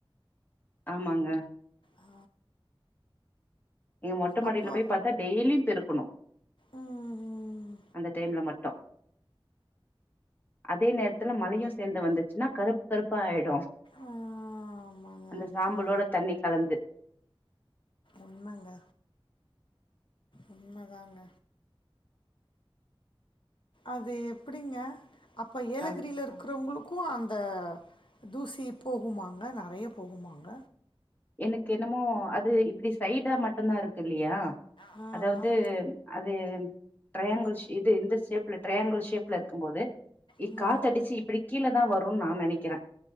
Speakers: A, on the left (about 20°); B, on the left (about 60°).
A: ஆமாங்க
B: ஆ
A: நீங்க மொட்டை மாடியில
B: அப்போ
A: போய் பாத்தா டெய்லியும் பெருக்கணும்
B: ம் ம்
A: அந்த டைம்ல மட்டும் அதே நேரத்துல மழையு சேந்து வந்துச்சுன்னா கருப் அப்ப ஆயிடும்
B: ஆ ஆமாங்க
A: அந்த
B: ஆமாங்க
A: சாம்பளோட தண்ணி கலந்து
B: உண்மங்க உண்மங்க உண்மதாங்க அது எப்படிங்க அப்ப ஏலகிரியில
A: ஆ
B: இருக்கிறவங்களு க்கும் அந்த தூசி போகுமாங்க நெறைய போகுமாங்க
A: எனக்கு என்னமோ அது இப்படி சைடா மட்டம்தான் இருக்கு இல்லையா
B: ஆ,
A: அதாவது
B: அதனால
A: அது ட்ரையாங்கிள்ஸ் இது இந்த ஷேப் ட்ரயாங்கல் ஷேப்ல இருக்கும்போது இக்காத்தடிச்சு
B: இ
A: இப்டி கீழதான் வரும்னு நான் நினைக்கிறேன்